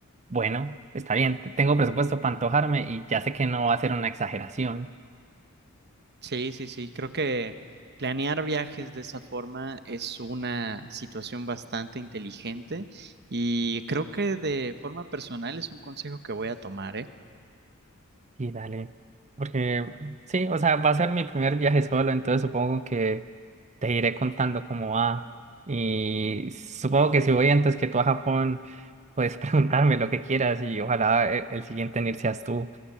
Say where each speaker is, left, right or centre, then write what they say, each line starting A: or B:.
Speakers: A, on the right (about 30°); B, on the right (about 50°).
A: Bueno, está bien, te- tengo presupuesto para antojarme y ya sé que no va a ser una exageración.
B: Sí, sí, sí, creo que planear viajes de esa forma es una situación bastante inteligente y creo que de forma personal es un consejo que voy a tomar, ¿eh?
A: Y dale, porque sí, o sea, va a ser mi primer viaje solo, entonces supongo que te iré contando cómo va. Y supongo que si voy antes que tú a Japón, puedes <laughs> preguntarme lo que quieras y ojalá e- el, siguiente en ir seas tú.